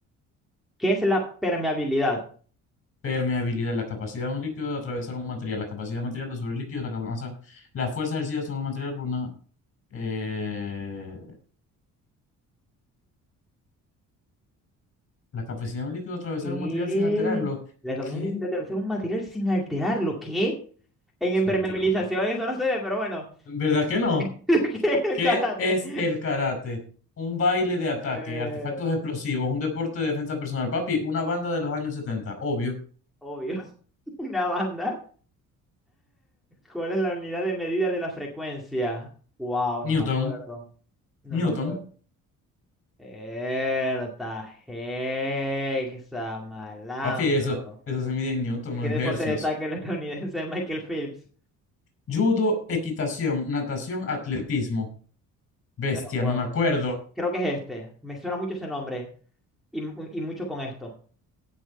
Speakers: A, in the centre; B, on the left.
A: ¿Qué es la permeabilidad?
B: Permeabilidad, la capacidad de un líquido de atravesar un material, la capacidad material sobre el líquido, la, capa- o sea, la fuerza ejercida sobre un material por una... eh, la capacidad de un líquido de atravesar
A: ¿Qué?
B: un material sin alterarlo.
A: La capacidad
B: ¿Qué?
A: de atravesar un material sin alterarlo. ¿Qué? En
B: Qué
A: impermeabilización
B: mentira, papá.
A: eso no se ve, pero bueno.
B: ¿Verdad que no?
A: <laughs> ¿Qué? El
B: ¿Qué
A: Karate.
B: es el karate? Un baile de ataque,
A: Eh,
B: artefactos explosivos, un deporte de defensa personal. Papi, una banda de los años setenta, obvio.
A: obvio. <laughs> Una banda. ¿Cuál es la unidad de medida de la frecuencia? Wow,
B: Newton,
A: no me acuerdo. No
B: Newton.
A: me acuerdo. Erta, hexa, malandro.
B: Papi, eso, eso se mide en Newton,
A: ¿En
B: no
A: qué
B: en
A: deporte
B: hercios.
A: destaca el estadounidense <laughs> Michael Phelps?
B: Judo, equitación, natación, atletismo. Bestia,
A: Me lo juego.
B: no me acuerdo.
A: Creo que es este. Me suena mucho ese nombre. Y, mu- y mucho con esto.